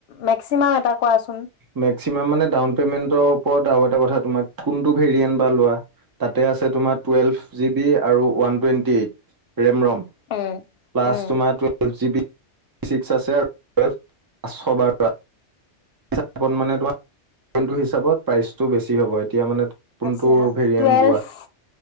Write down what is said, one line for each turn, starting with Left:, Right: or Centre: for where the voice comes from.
Left: মেক্সিমাম এটা কোৱাচোন
Right: মেক্সিমাম মানে ডাউন পেমেন্টৰ ওপৰত আৰু এটা কথা তোমাৰ কোনটো ভেৰিয়েণ্ট বা লোৱা, তাতে আছে তোমাৰ টুয়েলভ জিবি আৰু one twenty eight RAM ROM.
Left: উম
Right: প্লাছ
Left: উম
Right: তোমাৰ টুৱেল্ভ জি বি ছিক্স আছে আৰু টুৱেল্ভ পাঁচশ বাৰ। হিচাপত মানে তোমাৰ টো হিচাপত প্ৰাইচটো বেছি হ'ব, এতিয়া মানে কোনটো
Left: আতচ্ছা
Right: ভেৰিয়েণ্ট
Left: টুৱেলভ,
Right: লোৱা